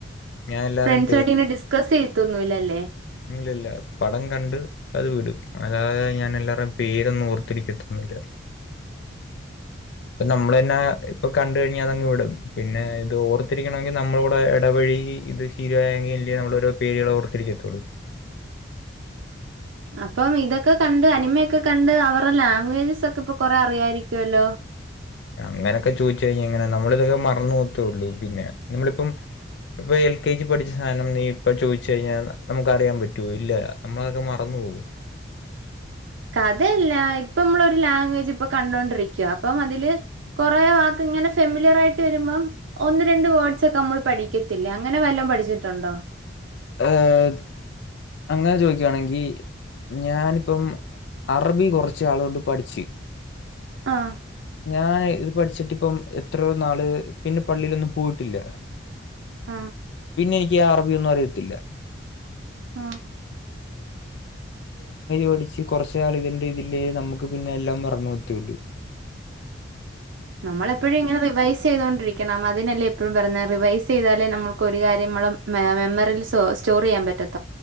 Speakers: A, on the left; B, on the right.
A: ഞാൻ എല്ലാവരും
B: ഫ്രണ്ട്സു മായിട്ട് ഇങ്ങനെ ഡിസ്കസ് ചെയത്തും ഒന്നു ഇല്ലല്ലേ
A: ഇല്ലല്ല പടം കണ്ട് അത് വിടും അതാതെ ഞാൻ എല്ലാവരുും പേരൊന്നും ഓർത്തിരിക്കത്തു ഒന്നു ബ അപ്പ നമ്മൾന്നെ ഇപ്പൊ കണ്ടു കഴിഞ്ഞാ അതങ്ങ് വിടും പിന്നെ ഇത് ഓർത്തിരിക്കണമെങ്കിൽ നമ്മളവിടെ ഇടപഴകി ഇത് ശീരായെങ്കിൽ ഇല്ലേ നമ്മള ഓരോ പേരുകൾ ഓർത്തിരിക്കത്തുള്ളൂ
B: അപ്പം ഇതൊക്കെ കണ്ട് അനിമയൊക്കെ കണ്ട് അവരുടെ ലാംഗവേജസ് ഒക്കെ ഇപ്പൊ കൊറെ അറിയാായിരിക്കുവല്ലോ
A: അങ്ങനെയൊക്കെ ചോയിച്ച കഴിഞ്ഞാ എങ്ങനെ നമ്മള് ഇതൊക്കെ മറന്നുപോകത്തെയുള്ളു പിന്നെ നമ്മളിപ്പം എൽ കെ ജി പഠിച്ച സാധനം നീ ഇപ്പൊ ചോയിച്ച്ചു കഴിഞ്ഞാൽ നമുക്ക് അറിയാൻ പറ്റോ ഇല്ല നമ്മളതൊക്കെ മറന്നുപോോകോ
B: കഥയില്ല ഇപ്പൊ നമ്മളൊ ഒരു ലാംഗ്വേജ് ഇപ്പൊ കണ്ടൊണ്ടിരിക്കുവ അപ്പം അതില് കൊറെ വാക്ക് ഇങ്ങനെ ഫെമിലിയർ ആയിട്ട് വരുമ്പം ഒന്ന് രണ്ട് വേർഡ്സ് ഒക്കെ നമ്മൾ പഠിക്കത്തില്ലേ അങ്ങനെ വല്ലോ പഠിച്ചിട്ടുണ്ടോ
A: ഏഹ അങ്ങനെ ചോദ യാണെങ്കി ഞാനിപ്പം അറബി കുറച്ച് ആളുകൊണ്ട് പഠിച്ചു
B: ആഹ
A: ഞാൻ ഇത് പഠിച്ചിട്ട് ഇപ്പം എത്രയോ നാള് പിന്നെ പള്ളിയിലൊന്നും പോയിട്ടില്ല
B: ആഹ
A: പിന്നെ എനിക്ക് അറബിയൊന്നും അറിയത്തില്ല
B: ആഹ്
A: പഠിച്ചച്ച് കുറച്ച നിൾ ഇതിന്റെ ഇതില്ലേനമുക്ക് പിന്നെ എല്ലാം മറന്ന് പോകത്തെയുള്
B: നമ്മളെപ്പോഴും ഇങ്ങനെ റിവൈസ് ചെയ്തൊണ്ടിരിക്കണം അതിനല്ലേ എപ്പോഴും പറഞ്ഞ റിവൈസ് ചെയ്താലേ നമുക്ക് ഒരു കാര്യം നമ്മ മെമ്മറിയിൽ സ്റ്റോർ ചെയ്യാൻ പറ്റത്തുള്ളു